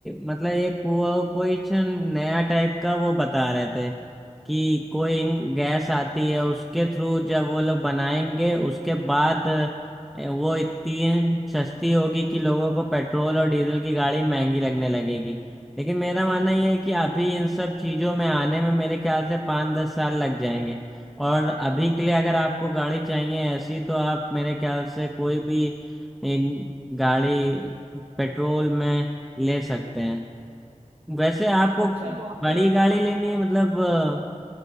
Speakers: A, in the centre; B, on the right (about 50°).
A: मतलब एक वो क्वेश्चन नया टाइप का वो बता रहे थे कि कोई गैस आती है उसके थ्रू जब वो लोग बनाएंगे उसके बाद अ, वो इतनी सस्ती होगी कि लोगों को पेट्रोल और डीजल की गाड़ी महंगी लगने लगेगी लेकिन मेरा मानना यह है कि अभी इन सब चीज़ों में आने में मेरे ख्याल से पाँच दस साल लग जाएंगे और अभी के लिए अगर आपको गाड़ी चाहिए ऐसी तो आप मेरे ख्याल से कोई भी एक गाड़ी पेट्रोल में ले सकते हैं वैसे आपको
B: अच्छा तो आपका
A: बड़ी गाड़ी लेनी है मतलब अ,